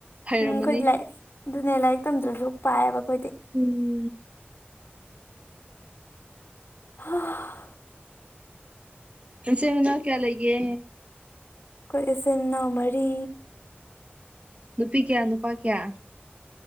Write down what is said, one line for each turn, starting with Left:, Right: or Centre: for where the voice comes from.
Right: ꯍꯩꯔꯝꯃꯅꯤ
Left: ꯎꯝ ꯑꯩꯈꯣꯏꯗꯤ ꯂꯥꯏꯛ ꯑꯗꯨꯅꯦ ꯂꯥꯏꯔꯤꯛ ꯇꯝꯗ꯭ꯔꯁꯨ ꯄꯥꯏꯑꯕ ꯑꯩꯈꯣꯏꯗꯤ
Right: ꯎꯝ
Left: ꯍꯥ
Right: ꯅꯆꯤꯟ ꯅꯅꯥꯎ ꯀꯌꯥ ꯂꯩꯒꯦ
Left: ꯑꯩꯈꯣꯏ ꯏꯆꯤꯟ ꯏꯅꯥꯎ ꯃꯔꯤ
Right: ꯅꯨꯄꯤ ꯀꯌꯥ ꯅꯨꯄꯥ ꯀꯌꯥ